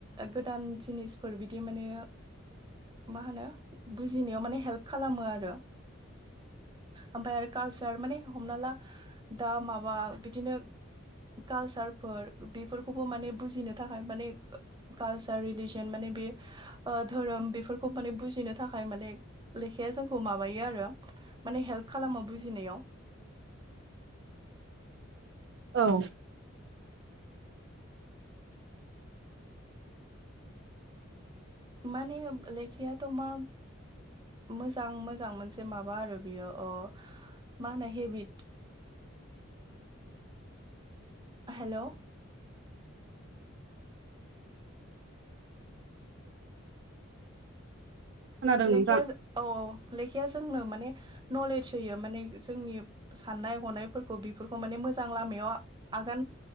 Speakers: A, on the right (about 20°); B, on the right (about 60°).
A: गोदान जिनिस फोर बिदि माने मा होनो बुजिनायाव माने हेल्प खालामो आरो ओमफाय आरो कालसार माने हमना ला दा माबा बिदिनो कालचार फोर बेफोरखौबो माने बुजिनो थाखाय माने कालचार रिलिजन माने बे धोरोम बे फोरखौ माने बुजिनो थाखाय माने लेखाया जोंखौ माबायो आरो माने हेल्प खालामो बुजिनायाव। <inaudible>
B: औ।
A: माने लेखायाथ' मा मोजां मोजां मोनसे माबा आरो बेयो अ मा होनो हेबिट हेल'
B: खोनादों
A: लेखाया
B: नोंथां
A: औ लेखाया जोंनो माने नलेज होयो माने जोंनि साननाय हनायफोरखौ बेफोरखौ माने मोजां लामायाव